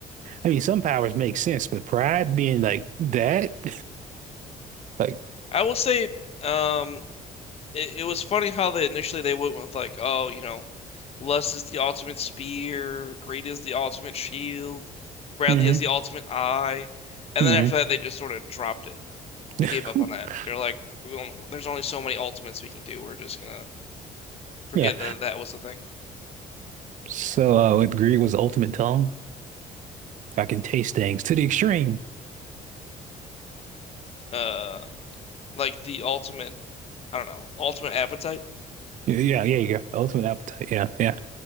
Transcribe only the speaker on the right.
I mean, some powers make sense, but pride being like that, <laughs> like,
hmm
hmm
<laughs>
yeah.
So, uh, with greed was the ultimate tongue. I can taste things to the extreme.
Yeah, yeah, yeah, you go. Ultimate appetite. Yeah, yeah,